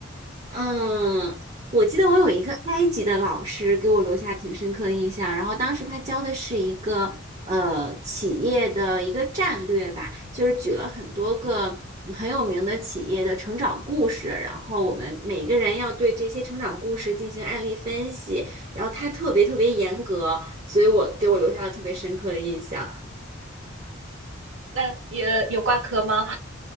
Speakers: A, on the right; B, on the right.
A: 嗯，我记得我有一个埃及的老师给我留下挺深刻的印象，然后当时他教的是一个呃企业的一个战略吧，就是举了很多个很有名的企业的成长故事，然后我们每个人要对这些成长故事进行案例分析，然后他特别特别严格，所以我给我留下了特别深刻的印象。
B: 那有有挂科吗？